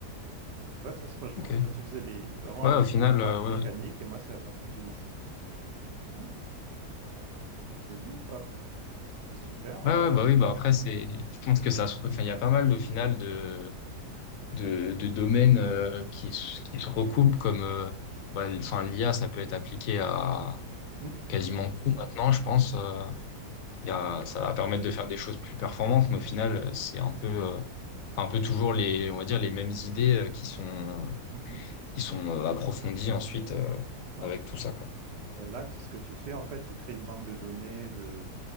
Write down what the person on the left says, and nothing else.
Ok.
Ouais,
au final,
euh, ouais,
ouais.
Ouais,
ouais, bah oui, bah après, c'est, je pense que ça se, re- enfin, il y a pas mal, au final, de, de, de domaines euh, qui, s- qui se recoupent comme, euh, bah, enfin, l'IA, ça peut être appliqué à
quasiment tout maintenant, je pense. euh,
Il y a,
ça va permettre de faire des choses plus performantes, mais au final, c'est un peu, euh, enfin, un peu toujours les, on va dire, les mêmes idées euh, qui sont,
qui sont euh, approfondies ensuite euh,
avec tout ça, quoi.